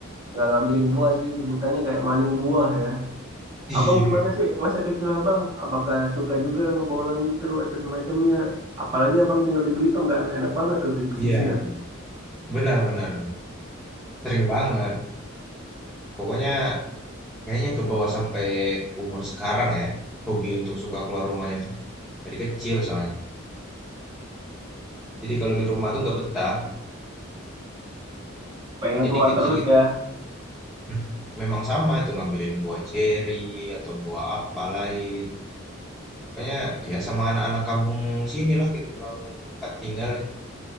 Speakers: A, on the right; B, in the centre.
A: Nggak ngambilin buah sih, sebutannya kayak maling buah ya.
B: iya,
A: Abang gimana sih masa kecil abang? Apakah suka juga ngebolang gitu atau semacamnya? Apalagi abang tinggal di Belitung kan, enak banget tuh di pesisir.
B: iya, benar, benar, benar. Sering banget. Pokoknya kayaknya ke bawah sampai umur sekarang ya. Hobi untuk suka keluar rumahnya tuh. Dari kecil soalnya. Jadi kalau di rumah tuh nggak betah.
A: pengen
B: Jadi
A: keluar
B: kecil
A: terus
B: gitu.
A: ya.
B: hmm, Memang sama itu ngambilin buah ceri atau buah apa lain. Pokoknya ya sama anak-anak kampung sini lah gitu. Kampung tempat tinggal. ya.